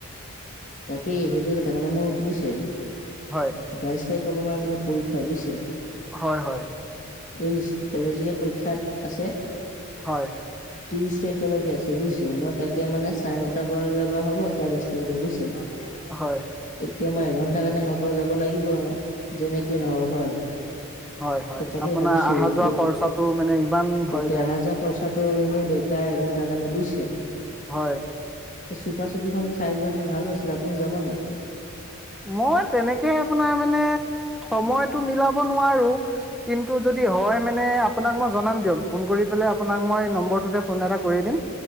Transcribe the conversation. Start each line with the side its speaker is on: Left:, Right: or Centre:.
Left: তাকেই, সেইটোৱে কথা মানে মোৰ শুনিছে
Centre: হয়
Left: বাইশ তাৰিখৰ পৰা মানে মানে পৰীক্ষা বুইছে।
Centre: হয় হয়।
Left: <unintelligible> কলেজীয়া পৰীক্ষাত আছে।
Centre: হয়।
Left: ত্ৰিশ তাৰিখলৈকে আছে, বুজিছে? মই তাকে মানে চাৰে নটাৰ পৰা যাবা হ'ব চাৰে দহটালৈকে বুজিছে? <unintelligible>
Centre: হয়।
Left: এতিয়া মই এঘন্টাৰ কাৰণে নগাঁও যাব লাগিব আও, যেনেক নহ'ওক হয়।
Centre: হয় হয়
Left: তাকে
Centre: আপোনাৰ
Left: ভাবিছো
Centre: আহা-যোৱা খৰচাটো মানে ইমান
Left: তাকে
Centre: হয় যায়।
Left: অহা যোৱা খৰচাটো এনেই বেকাৰ এঘন্টাৰ কাৰণে বুইছে?
Centre: হয়।
Left: এ চুপা চুপিখন চাই লোৱা হেতেনে ভাল আছিলে। আপুনি যাব নেকি?
Centre: মই তেনেকে আপোনাৰ মানে সময়টো মিলাব নোৱাৰো। কিন্তু যদি হয় মানে আপোনাক মই জনাম দিয়ক ফোন কৰি পেলাই আপোনাক মই নম্বৰটোতে। ফোন এটা কৰি দিম।